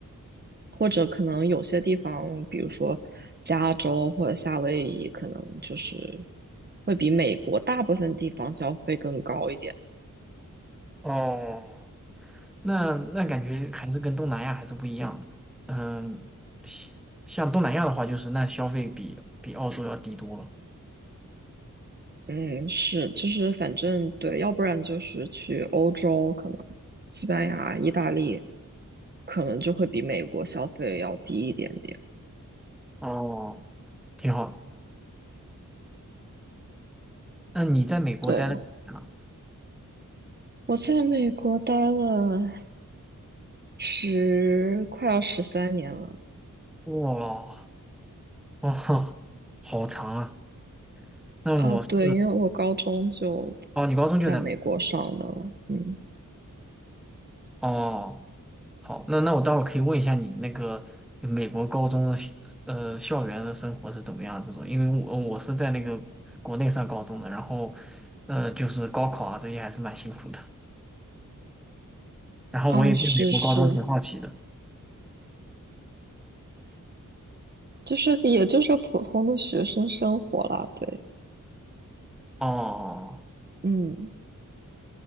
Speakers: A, on the right (about 30°); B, in the centre.
A: 或者可能有些地方，比如说加州或者夏威夷，可能就是会比美国大部分地方消费更高一点。
B: 哦，那那感觉还是跟东南亚还是不一样的。嗯，像像东南亚的话，就是那消费比比澳洲要低多了。
A: 嗯，是，就是反正对，要不然就是去欧洲，可能西班牙、意大利，可能就会比美国消费要低一点点。
B: 哦，挺好那你在美国待了几年了？
A: 对，我在美国待了十，快要十三年了
B: 哇，哦，<laughs> 好长啊。那我是
A: 啊。对，因为我高中就
B: 哦，你高中就在美
A: 在美国上的了。嗯，
B: 国哦。好，那那我待会儿可以问一下你那个美国高中的呃校园的生活是怎么样这种，因为我我是在那个国内上高中的，然后呃就是高考啊这些还是蛮辛苦的，然后我也对美国高中挺好奇的。
A: 啊，是是，就是也就是普通的学生生活啦。对，
B: 哦，
A: 嗯。